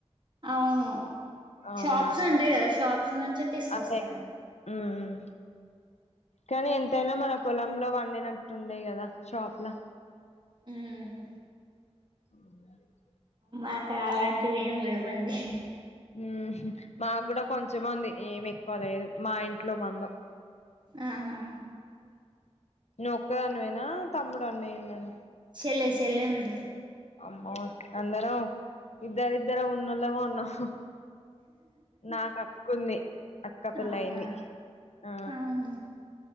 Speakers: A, on the right; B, on the left.
A: అవును
B: అవునా
A: షాప్స్ ఉంటాయి కదా షాప్స్ నుంచే తీసుకొస్తాం
B: అదే ఉమ్మ్ కానీ ఎంతైనా మన పొలంలో పండినట్టు ఉండయి కదా షాప్‌లా
A: ఉమ్
B: ఉమ్
A: మాకు అలాంటివి ఏమి లేవండి
B: ఉమ్మ్ మాక్కూడా కొంచమే ఉంది ఏమి ఎక్కువ లేదు మా ఇంట్లో పండవ్
A: ఆహా
B: నువ్వు ఒక్కదానివేనా తమ్ముడు అన్నయ్య ఉన్నాడా
A: చెల్లె సెల్లె ఉంది
B: అమ్మో అందరం ఇద్దరు ఇద్దరం ఉన్నోళ్లమే ఉన్నాం నాకు అక్కుంది అక్క పెళ్లయింది
A: అవునా
B: ఆ
A: అవునా